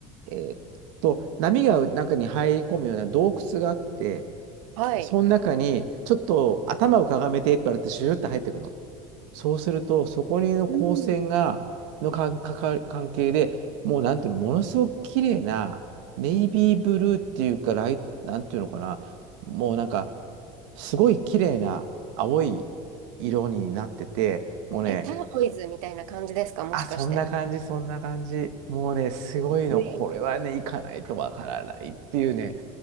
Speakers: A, on the right; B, on the right.
A: う、えーっと、波が中に入り込むような洞窟があって、
B: はい。
A: でその中に、ちょっと頭をかがめてって言われて、シューって入ってくの。そうすると、そこにの光線が、
B: うん。
A: のかんかか関係で、もうなんていうの、ものすごく綺麗な、ネイビーブルーっていうか、
B: うん
A: ライ、なんていうのかな、もうなんか、すごい綺麗な青い色になってて、もうね、
B: え、ターコイズみたいな感じですかもしかして。
A: あ、そんな感じ、そんな感じ。もうね、すごいの、
B: うん
A: これはね、行かないとわからないっていうね、